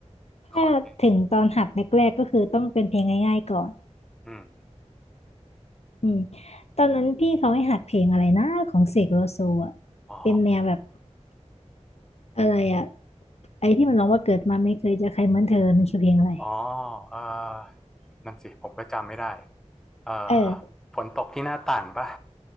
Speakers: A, on the left; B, in the centre.
A: ถ้าถึงตอนหัดแรกๆก็คือต้องเป็นเพลงง่ายๆก่อน
B: คอร์ดง่ายอืม
A: อืมตอนนั้นพี่เขาให้หัดเพลงอะไรนะของเสกโลโซอ่ะ
B: อ๋อ
A: เป็นแนวแบบอะไรอ่ะไอ้ที่มันร้องว่าเกิดมาไม่เคยเจอใครเหมือนเธอมันคือเพลงอะไร
B: อ๋อเออนั่นสิผมก็จำไม่ได้เอ่อ
A: เออ
B: ฝนตกที่หน้าต่างปะ